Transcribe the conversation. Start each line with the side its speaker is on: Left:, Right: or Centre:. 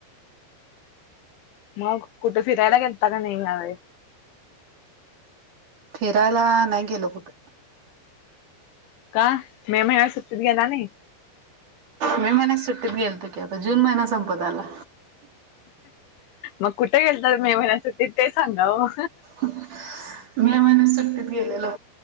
Left: मग कुठे फिरायला गेलता का नाही यावेळे
Right: फिरायला नाही गेलो कुठ.
Left: का मे महिन्यात सुट्टीतला गेला नाही?
Right: मे महिन्यात सुट्टीत गेलतो, की आता जून महिना संपत आला.
Left: मग कुठे गेलतात मे महिन्यासाठी, ते तरी सांगा ओ.
Right: मे महिन्यात सुट्टीत गेलेलो